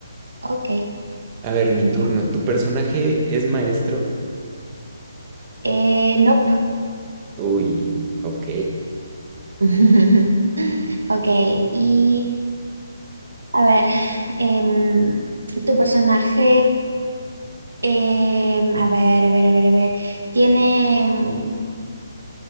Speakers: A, on the right; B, on the right.
A: Ok,
B: A ver, mi
A: ya.
B: turno. ¿Tu personaje es maestro?
A: Eh, nope.
B: Uy, ok.
A: <laughs> Ok, y a ver, em, tu personaje, em, a ver, a ver, a ver, a ver, tiene, em,